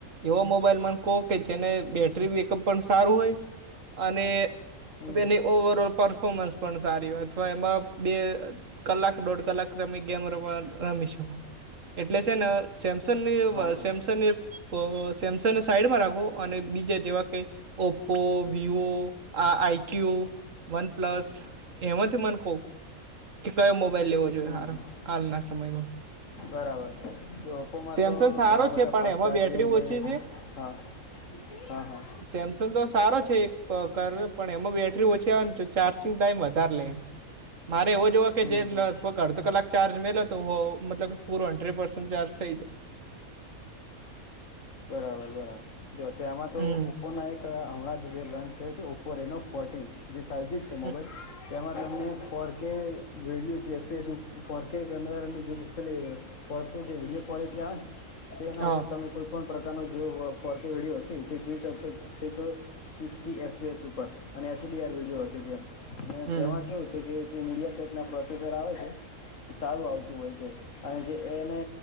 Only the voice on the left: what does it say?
હમ
હમ.
હા હા
હમ
હમ.
બરાબર. જો ઓપોમાં
તો
ઘણા બધા
ફાસ્ટ
ચાર્જિંગ
ને,
હા હા હા.
હમ
હમ
બરાબર બરાબર જો તે આમાં તો
ઉપપો ના એક. તો અરા જે લન્ચ છે છે ઓપો રેનો ફોર્ટિન જે ફઇવ જી છે,
મોબાઈલ. તેમાં તમને ફોરકે વિેડીિયો જે ફેસબુક ફોરકે કેમેરાને જે પેલે. જે વિડીયો ક્લિટી આવે તે એના
ઉપર તમે કોઈ પણ. પ્રકારનો જે ફસ રેડિયો હશે એ સ્ચશે છે તો. સિકર અને એસડીઆર વિડીયો તે
તેમાં. કેવું છે કે જે મીડિયા સાેટ ના પ્રોસેસર આવે છે. સારું આવતું હોય છે અને જે એને